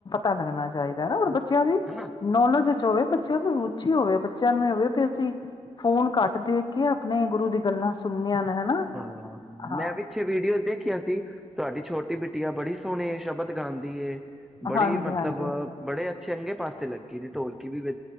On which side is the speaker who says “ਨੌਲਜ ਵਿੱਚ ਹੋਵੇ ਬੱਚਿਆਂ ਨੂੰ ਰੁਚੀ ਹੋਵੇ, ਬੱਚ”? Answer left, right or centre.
Left